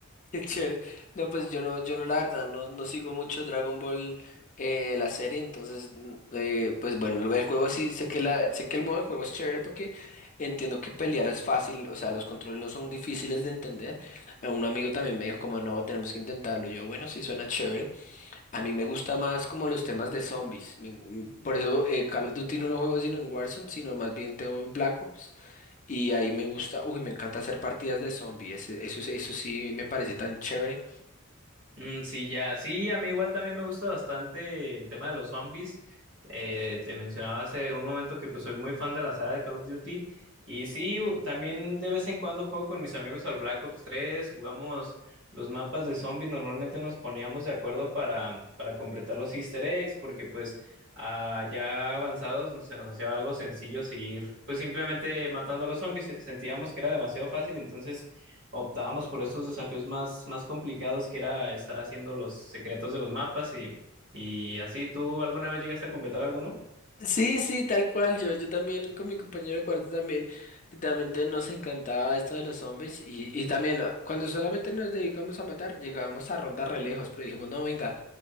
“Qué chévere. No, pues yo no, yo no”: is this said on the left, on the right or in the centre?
Left